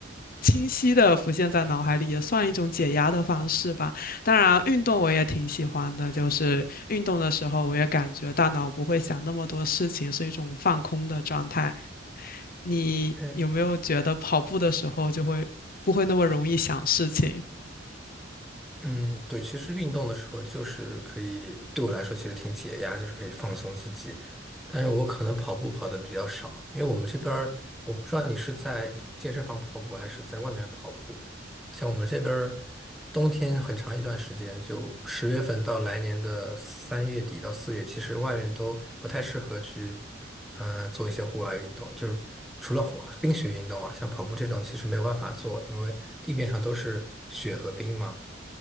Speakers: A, on the left; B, in the centre.
A: 清晰的浮现在脑海里，也算一种解压的方式吧。当然，运动我也挺喜欢的，就是运动的时候，我也感觉大脑不会想那么多事情，是一种放空的状态。你有没有觉得跑步的时候就会不会那么容易想事情？
B: 对。嗯，对，其实运动的时候就是可以，对我来说其实挺解压，就是可以放松自己。但是我可能跑步跑的比较少，因为我们这边儿，我不知道你是在健身房跑步还是在外面跑步。像我们这边儿，冬天很长一段时间，就十月份到来年的三月底到四月，其实外面都不太适合去，嗯、做一些户外运动。就是除了滑冰雪运动啊，像跑步这种其实没有办法做，因为地面上都是雪和冰嘛。